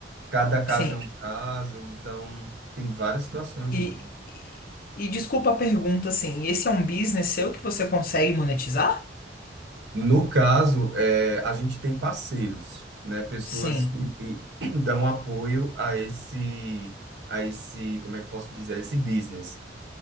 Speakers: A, on the right; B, on the left.
A: Cada caso
B: sim,
A: é um caso, então tem várias situações
B: e,
A: mesmo.
B: e, e desculpa a pergunta, assim, esse é um business seu que você consegue monetizar?
A: No caso, é, a gente tem parceiros, né? Pessoas
B: Sim,
A: que <clears throat> dão apoio a esse, a esse, como é que posso dizer, a esse business.